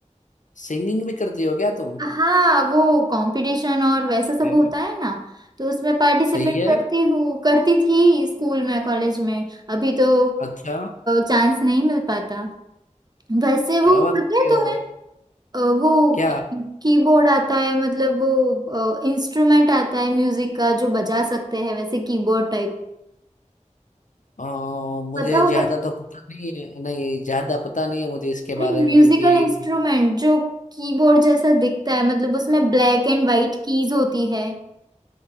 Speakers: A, on the left; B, on the right.
A: सिंगिंग भी करती हो क्या तुम
B: हाँ वो कंपटीशन और वैसे सब
A: है।
B: होता है ना तो उसमें पार्टिसिपेट
A: सही है
B: करती हूँ करती थी स्कूल में कॉलेज में अभी तो
A: अच्छा
B: चांस नहीं मिल पाता वैसे वो
A: क्या बात
B: पता है
A: कर
B: तुम्हें
A: रही हो
B: अ, वो
A: क्या
B: कीबोर्ड आता है मतलब वो इंस्ट्रूमेंट आता है म्यूजिक का जो बजा सकते हैं वैसे कीबोर्ड टाइप
A: अ, मुझे
B: पता होगा
A: ज्यादा
B: तुम्हें
A: तो पता नहीं है नहीं ज्यादा पता नहीं है मुझे इसके
B: अरे
A: बारे
B: म्यूजिकल
A: में क्योंकि
B: इंस्ट्रूमेंट जो कीबोर्ड जैसा दिखता है मतलब उसमें ब्लैक एंड वाइट कीज होती है